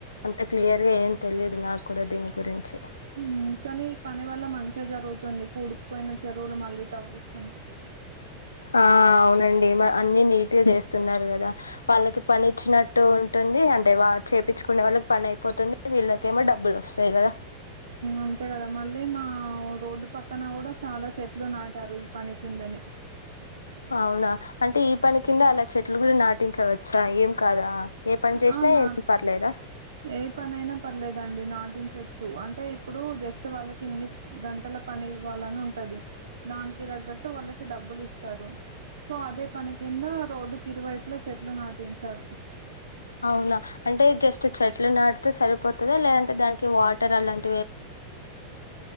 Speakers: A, on the left; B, on the right.
A: అంత క్లియర్గా ఏం తెలీదు నాకు కూడా దీని గురించి
B: ఉ కానీ ఈ పని వల్ల మంచ్ చే జరుగుతుంది పూడుకుపోయిన చెరువులు మళ్ళీ తవ్విస్
A: ఆ అవునండి మా అన్ని నీట్గ చేస్తున్నారు కదా వాళ్ళకి పని ఇచ్చినట్టు ఉంటుంది అంటే వా చేపిచుకునె వాళ్ళకి పని పోతుంది వీళ్ళకేమో డబ్బులు వస్తాయి కదా
B: అంతే కదా మళ్ళీ మా రోడ్డు పక్కన కూడా చాలా చెట్లు నాటారు ఈ పని కిందనే
A: అవునా అంటే ఈ పని కింద అలా చెట్లు కూడా నాటించవచ్చా ఏం కాదా ఏ పని చేసినా
B: ఆ నాట్
A: ఏం పర్లేదా
B: ఏ పనయినా పర్లేదండి నాటించ చూ అంటే ఇప్పుడు జస్ట్ వాళ్ళకి ఇన్ని గంటల పని వాళ్ళని ఉంటది దానికి తగ్గట్టు వాళ్ళకి డబ్బులు ఇస్తారు సో అదే పని కింద రోడ్డుకి ఇరువైపుల చెట్లు నాటించారు
A: అవునా అంటే జస్ట్ చెట్లు నాటితే సరిపోతదా లేదంటే దానికి వాటర్ అలాంటి